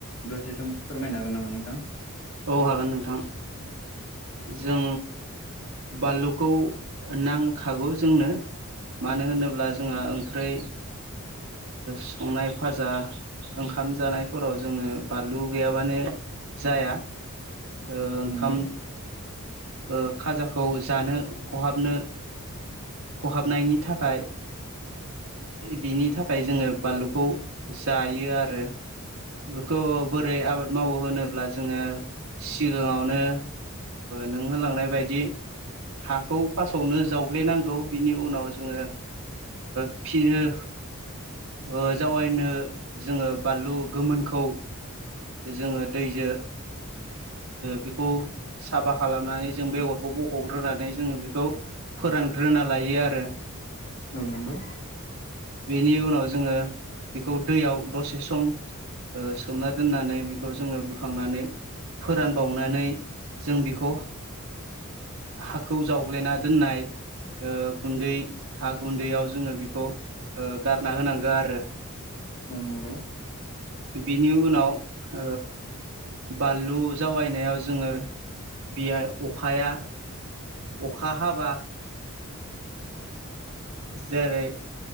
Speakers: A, on the left; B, on the right.
A: दसे सम फोरमायनो हागोन नामा नोंथां?
B: औ हागोन नोंथां। जों बानलुखौ नांखागौ जोंनो। मानो होनोब्ला जोंहा ओंखै संनाय फाजा ओंखाम जानायफोराव जोंनो बानलु गैयाबानो जाया। ओ ओंखाम
A: नंगौ
B: ओ खाजाखौ जानो ख'हाबनो। ख'हाबनायनि थाखाय। बिनि थाखाय जोङो बानलुखौ जायो आरो। बेखौ बोरै आबाद मावो होनोब्ला जोङो सिगाङावनो। नों होलांनाय बायदि। हाखौ फार्स्टावनो जावग्लेनांगौ बिनि उनाव जोङो। <unintelligible> ओ जावायनो जोङो बानलु गोमोनखौ। जोङो दैजों बेखौ साफा खालामनानै जों बेगरखौ बख'ग्रोनानै जोङो बेखौ। फोरानग्रोना लायो आरो।
A: औ नंगौ।
B: बेनि उनाव जोङो बेखौ दैयाव दसे सम। सोमना दोननानै बेखौ जोङो बोखांनानै। फोरानबावनानै जों बेखौ। हाखौ जावग्ललिना दोननाय। गुन्दै हा गुन्दैयाव जोङो बेखौ गारना होनांगौ आरो।
A: औ नंगौ।
B: बिनि उनाव बानलु जावैनायाव जोङो बियो अखाया। अखा हाबा जेरै